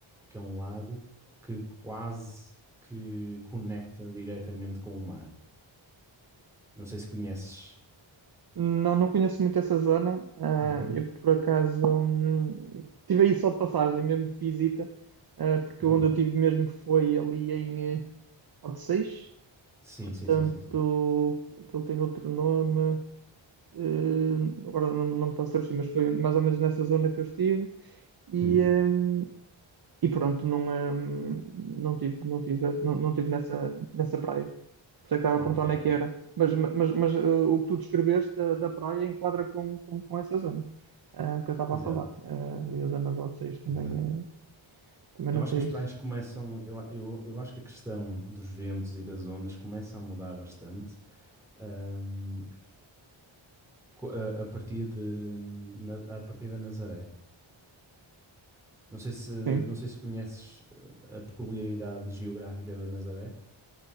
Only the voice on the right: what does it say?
Não, não conheço muito essa zona. Ah,
eu, por acaso, hum, tive aí só de passagem, mesmo de visita, ah, porque
onde eu tive mesmo foi ali em eh, Odeceixe.
Portanto,
aquilo tem outro nome. eh, agora não, não me está a surgir, mas foi mais ou menos nessa zona que eu estive. E,
hum, e pronto, não, hum, não tive, não tive, não, não tive nessa, nessa praia. Por isso é que estava
a perguntar onde é que era. Mas, mas, mas eh, o que tu descreveste da, da praia enquadra com, com, com essa zona eh, que eu estava
a falar. Eh, ali a zona de vocês também,
eh, também
notei
isso.
Sim.